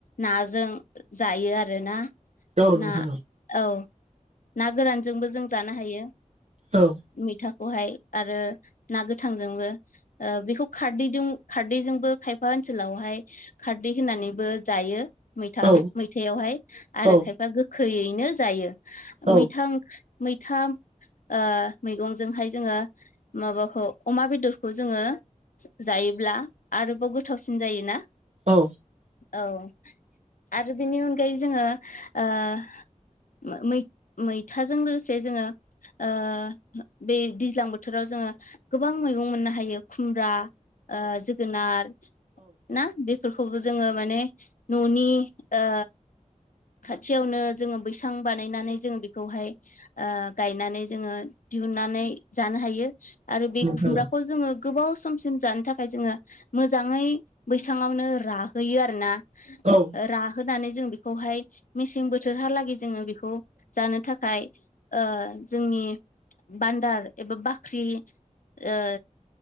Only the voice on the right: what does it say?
औ नोंथां
औ
औ
औ
औ
नोंथां
औ औ
नोंथां
औ नोंथां औ
औ